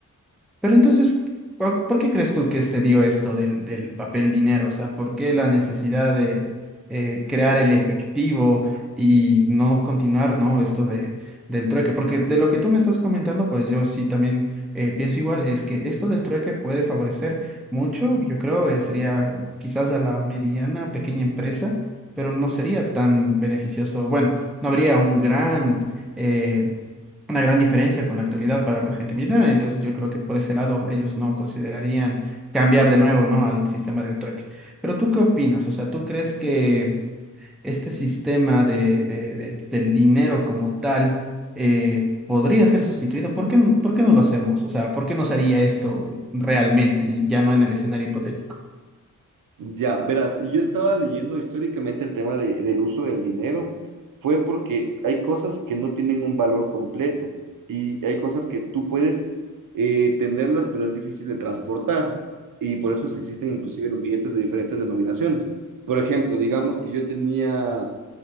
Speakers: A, in the centre; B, on the right (about 80°).
A: Pero entonces, ¿por por qué crees tú que se dio esto del, del papel dinero? O sea, ¿por qué la necesidad de eh, crear el efectivo y no continuar, ¿no? Esto de, del trueque. Porque de lo que tú me estás comentando, pues yo sí también eh, pienso igual, es que esto del trueque puede favorecer mucho, yo creo, eh, sería quizás a la mediana, pequeña empresa, pero no sería tan beneficioso. Bueno, no habría un gran... eh, una gran diferencia con la actualidad para la gente militar. Entonces yo creo que por ese lado ellos no considerarían cambiar de nuevo, ¿no? al sistema del trueque. Pero ¿tú qué opinas? O sea, ¿tú crees que este sistema de, de- de- del dinero como tal eh, podría ser sustituido? ¿Por qué, n- por qué no lo hacemos? O sea, ¿por qué nos haría esto realmente y ya no en el escenario hipotético?
B: Ya, verás, yo estaba leyendo históricamente el tema de- del uso del dinero, fue porque hay cosas que no tienen un valor completo y hay cosas que tú puedes eh, tenerlas, pero es difícil de transportar y por eso se existen inclusive los billetes de diferentes denominaciones. Por ejemplo, digamos que yo tenía